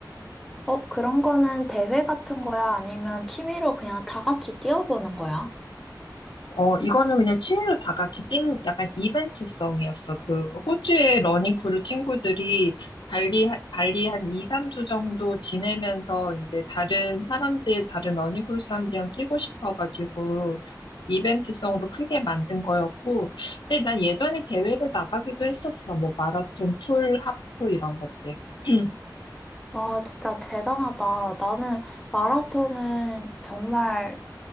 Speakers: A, in the centre; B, on the left.
A: 어, 그런 거는 대회 같은 거야? 아니면 취미로 그냥 다 같이 뛰어보는 거야?
B: 어, 이거는 그냥 취미로 다 같이 뛴 약간 이벤트성이었어. 그 호주의 러닝 크루 친구들이 발리, 하- 발리 한 2, 3주 정도 지내면서 이제 다른 사람들, 다른 러닝 크루 사람들이랑 뛰고 싶어가지고 이벤트성으로 크게 만든 거였고, 근데 난 예전에 대회를 나가기도 했었어. 뭐 마라톤, 풀, 하프 이런 것들. <clears throat>
A: 아, 진짜 대단하다. 나는 마라톤은 정말